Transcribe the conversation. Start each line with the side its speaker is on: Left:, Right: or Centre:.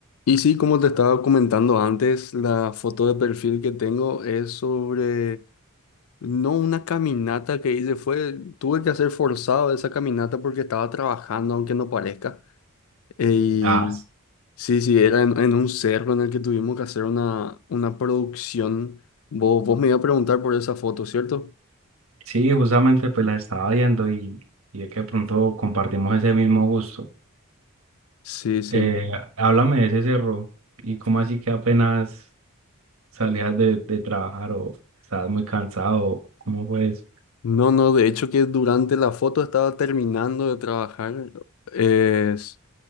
Left: Y sí, como te estaba comentando antes, la foto de perfil que tengo es sobre, no una caminata que hice, fue, tuve que hacer forzado esa caminata porque estaba trabajando, aunque no parezca. Y
Right: Ah, s-
Left: sí, sí, era en, en un cerro en el que tuvimos que hacer una, una producción. Vos, vos me ibas a preguntar por esa foto, ¿cierto?
Right: sí, justamente pues las estaba viendo y, y es que de pronto compartimos ese mismo gusto.
Left: Sí, sí.
Right: Eh, háblame de ese cerro y cómo así que apenas salías de, de trabajar o estabas muy cansado, ¿cómo fue eso?
Left: No, no, de hecho que durante la foto estaba terminando de trabajar. es